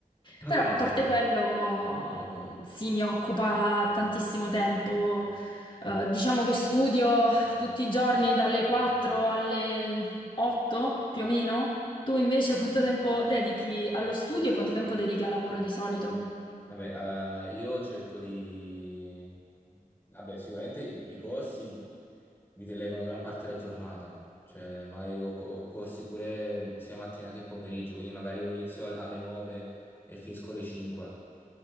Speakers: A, on the left; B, on the left.
A: Non
B: Però
A: è
B: a
A: possibile.
B: parte quello, sì, mi occupa tantissimo tempo. Eh, diciamo che studio tutti i giorni dalle 4 alle 8 più o meno. Tu invece quanto tempo dedichi allo studio e quanto tempo dedichi al lavoro di solito?
A: Vabbè, eh, io cerco di... Vabbè, sicuramente i, i corsi mi televano gran parte della giornata, cioè magari ho, co- ho corsi pure mh, sia mattina che pomeriggio, quindi magari io inizio al- alle 9 e finisco alle 5.